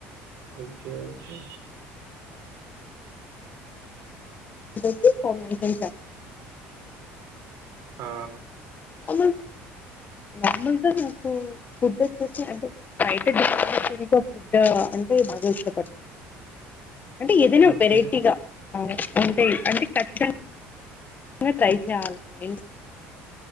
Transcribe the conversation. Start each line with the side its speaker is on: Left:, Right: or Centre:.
Right: ఓకే ఓకే
Left: ఈరోజు పొంగల్ చేశా
Right: ఆ
Left: అమ్మ నార్మల్ గా నాకు ఫుడ్ ఎక్కువ అంటే బయట ఫుడ్ అంటే బాగా ఇష్టపడతా అంటే ఏదైనా
Right: ఓకే
Left: వెరైటీగా ఆ ఉంటే అంటే ఖచ్చితంగా ట్రై చేయాలి నేను